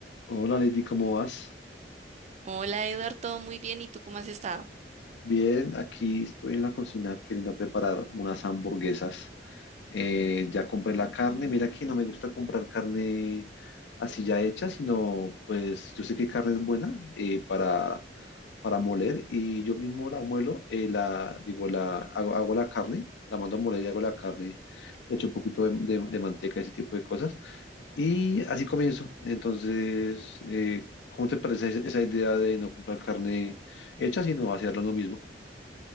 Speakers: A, on the left; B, on the right.
A: Hola Lady, ¿cómo vas?
B: Hola Eduardo, todo muy bien. ¿Y tú cómo has estado?
A: Bien, aquí estoy en la cocina queriendo preparar unas hamburguesas. Eh, ya compré la carne, mira que no me gusta comprar carne así ya hecha, sino pues yo sé que carne es buena eh, para, para moler y yo mismo la muelo, eh, la, digo, la, hago, hago la carne, la mando a moler y hago la carne, le echo un poquito de, de de manteca, ese tipo de cosas Y así comienzo. Entonces, eh, ¿cómo te parece esa esa idea de no comprar carne hecha, sino hacerlo uno mismo?